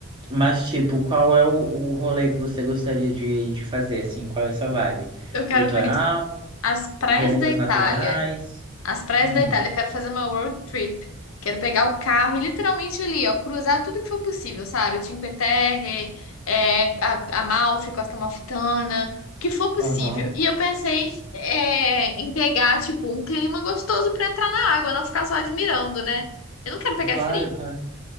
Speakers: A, on the right; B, on the left.
A: Mas, tipo, qual é o, o rolê que você gostaria de, de fazer, assim? Qual é a sua vibe?
B: Eu quero
A: Litoral?
B: conhecer as praias
A: Belezas
B: da Itália.
A: naturais?
B: As praias
A: Hum,
B: da Itália, quero fazer uma road trip. Quero pegar o carro e literalmente ali, ó, cruzar tudo que for possível, sabe? Cinque Terre, é, a- Amalfi, Costa Amalfitana, o que for possível.
A: aham.
B: E eu pensei, é, em pegar, tipo, um clima gostoso pra entrar na água, não ficar só admirando, né? Eu não quero pegar
A: Claro,
B: frio.
A: cara.